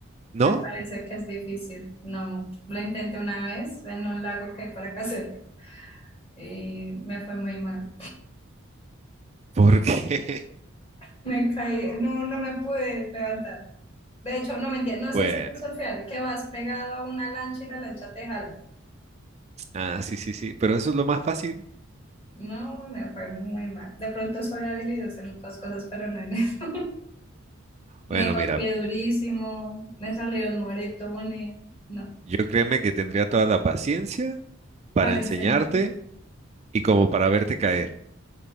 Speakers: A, on the right; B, on the left.
A: ¿No?
B: Me parece que es difícil. No, lo intenté una vez en un lago que hay por acá cerca y me fue muy mal.
A: Porque,
B: Me caí, no, no me pude levantar. De hecho, no mentira, no sé
A: <laughs> bueno,
B: si es un surfear, que vas pegado a una lancha y la lancha te jala.
A: ah, sí, sí, sí, pero eso es lo más fácil.
B: No, me fue muy mal. De pronto soy habilidosa en otras cosas, pero no en eso. Me
A: Bueno,
B: golpeé
A: mira,
B: durísimo, me salieron moretones, no,
A: yo créeme que tendría toda la paciencia para
B: para
A: enseñarte
B: enseñar
A: y como para verte caer,